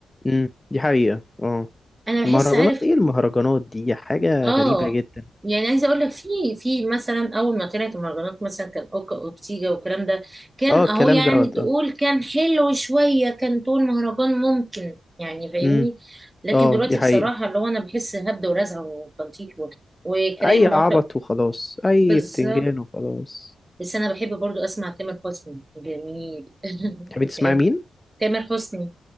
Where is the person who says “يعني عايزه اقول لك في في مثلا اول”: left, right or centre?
Right